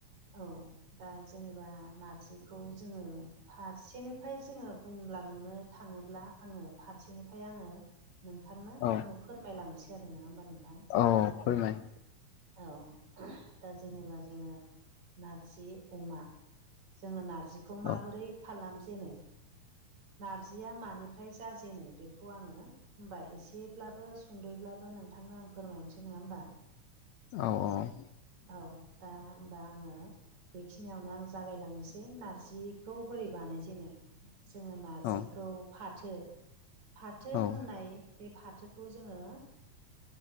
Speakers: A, on the right (about 65°); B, on the left (about 70°).
A: औ दा जेनेबा नारजिखौ जोङो फारसेनिफ्राय जोङो बुंलांनो। थाङोब्ला आङो फारसेनिफ्राय आङो नोंथांनो
B: औ
A: आङो। फोरमायलांनोसै आरो नङा होमबा नोंथां।
B: औ फोरमाय
A: औ दा जेनेबा जोङो नारजि अमा। जोङो नारजिखौ माबोरै
B: औ
A: खालाम जेनो नारजिया मानिफ्राय जाजेनो बेखौ आङो होमबा एसेब्लाबो सुंद'यब्लाबो नोंथांनो आं फोरमायहरनोसै नङा होमबा।
B: औ औ
A: औ दा होनबा आङो बेखिनियावनो आं जागायलांनोसै नारजिखौ बोरै बानायजेनो जोङो नारजिखौ
B: औ
A: फाथो फाथो
B: औ
A: होननाय बे फाथोखौ जोङो